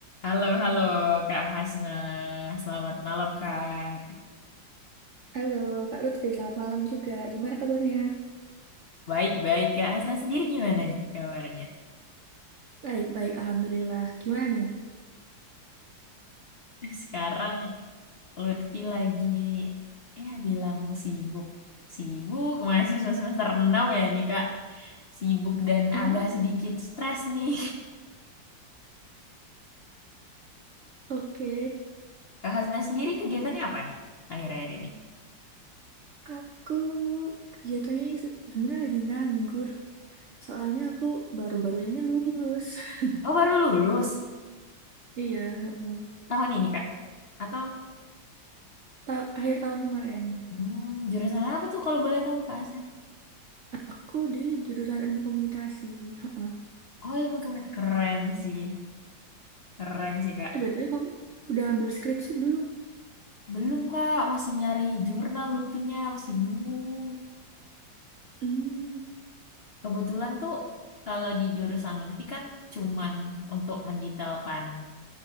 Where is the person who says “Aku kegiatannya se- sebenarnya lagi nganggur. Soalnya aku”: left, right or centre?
Right